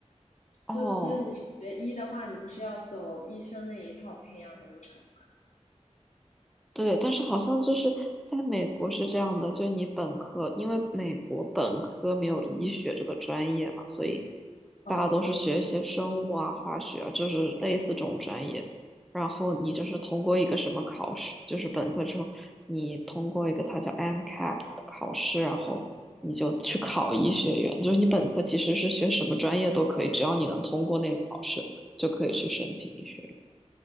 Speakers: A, in the centre; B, on the left.
A: 哦，
B: 就是你学医的话，你不是要走医生那一套培养流程吗？
A: 对，但是好像就是在美国是这样的，就是你本科，因为美国本科没有医学这个专业嘛，所以
B: 哦哦，
A: 大家都是学一些生物啊、化学啊，就是类似这种专业。然后你就是通过一个什么考试，就是本科之后你通过一个它叫 m c a p 的考试，然后你就去考医学院。就是你本科其实是学什么专业都可以，只要你能通过那个考试，就可以去申请医学院。